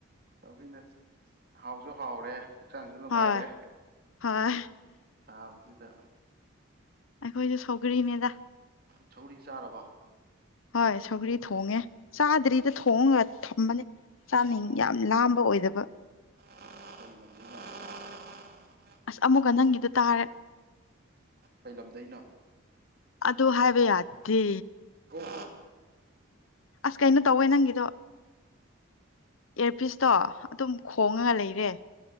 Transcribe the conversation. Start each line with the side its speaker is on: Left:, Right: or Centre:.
Right: ꯁꯧꯒ꯭ꯔꯤꯅ ꯍꯥꯎꯁꯨ ꯍꯥꯎꯔꯦ ꯍꯛꯆꯥꯡꯁꯨ ꯅꯨꯡꯉꯥꯏꯔꯦ
Left: ꯍꯣꯏ ꯍꯣꯏ
Right: ꯁꯥꯕꯁꯤꯗ
Left: ꯑꯩꯈꯣꯏꯁꯨ ꯁꯧꯒ꯭ꯔꯤꯅꯦꯗ
Right: ꯁꯧꯒ꯭ꯔꯤ ꯆꯥꯔꯕꯣ
Left: ꯍꯣꯏ ꯁꯧꯒ꯭ꯔꯤ ꯊꯣꯡꯉꯦ ꯆꯥꯗ꯭ꯔꯤꯗ ꯊꯣꯡꯉ ꯊꯝꯕꯅꯦ ꯆꯥꯅꯤꯡ
Right: ꯑꯣ
Left: ꯌꯥꯝ ꯂꯥꯝꯕ ꯑꯣꯏꯗꯕ
Right: <unintelligible>
Left: ꯑꯁ ꯑꯃꯨꯛꯀ ꯅꯪꯒꯤꯗꯣ ꯇꯥꯔꯦ
Right: ꯀꯩ ꯂꯝꯗꯩꯅꯣ
Left: ꯑꯗꯨ ꯍꯥꯏꯕ ꯌꯥꯗꯤ
Right: ꯑꯣ
Left: ꯑꯁ ꯀꯩꯅꯣ ꯇꯧꯋꯦ ꯅꯪꯒꯤꯗꯣ ꯏꯌ꯭ꯔꯄꯤꯁꯇꯣ ꯑꯗꯨꯝ ꯈꯣꯡꯉꯒ ꯂꯩꯔꯦ